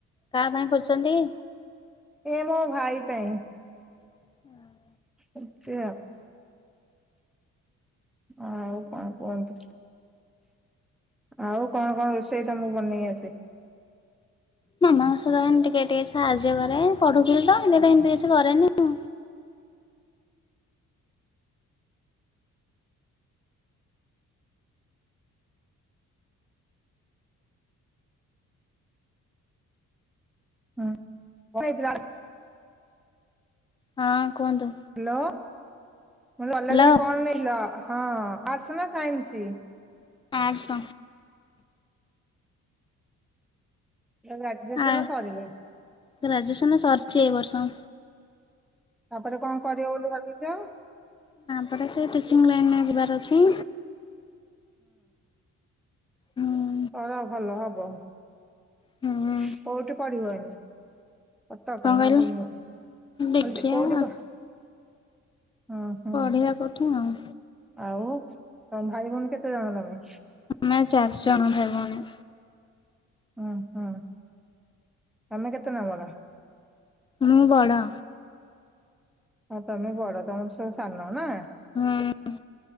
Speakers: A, on the left (about 15°); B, in the centre.
A: କାହା ପାଇଁ କରିଚନ୍ତି?
B: ଏ ମୋ ଭାଇ ପାଇଁ।
A: ହୁଁ।
B: ଏମିତି ଆଉ ଆଉ କଣ କୁହନ୍ତୁ? ଆଉ କଣ କଣ ରୋଷେଇ ତମକୁ ବନେଇ ଆସେ?
A: ମାମାଙ୍କ ସହିତ ମାନେ ଟିକେ ଟିକେ ସାହାଯ୍ୟ କରେ ପଢୁଥିଲି ତ ହେତି ପାଇଁ ଏମତି କିଛି କରେନି। ଆଉ।
B: ହୁଁ <unintelligible>
A: ହଁ କୁହନ୍ତୁ?
B: ହାଲୋ କଲେଜରେ
A: ହ୍ୟାଲୋ
B: କଣ ନେଇଥିଲ ହଁ ଆର୍ଟସ୍ ନା ସାଇନ୍ସି?
A: ଆର୍ଟସ
B: ଗ୍ରାଯୁଏସନ
A: ଆ
B: ସରିନି।
A: ଗ୍ରାଜୁଏସନ ସରିଛି ଏ ବର୍ଷ।
B: ତାପରେ କଣ କରିବ ବୋଲି ଭାବିଛ?
A: ତା ପରେ ସେ ଟିଚିଂ ଲାଇନରେ ଯିବାର ଅଛି। ହୁଁ।
B: ପଢ ଭଲ ହବ
A: ହୁଁ।
B: କୋଉଠି ପଢିବ ଏଇନୁ? କଟକ
A: କଣ
B: ନା
A: କହିଲେ
B: ଭୁବନେଶ୍ୱର
A: ଦେଖିଆ
B: କୋଉଠି
A: ଆଉ
B: ହୁଁ ହୁଁ
A: ପଢିବା କଉଠି ଆଉ।
B: ଆଉ ତମେ ଭାଇ ଭଉଣୀ କେତେ ଜଣ ତମେ?
A: ଆମେ ଚାରି ଜଣ ଭାଇ ଭଉଣୀ।
B: ହୁଁ ହୁଁ ତମେ କେତେ ନମ୍ୱର?
A: ମୁଁ ବଡ଼।
B: ହଁ ତମେ ବଡ ତମଠୁ ସବୁ ସାନ ନା?
A: ହୁଁ।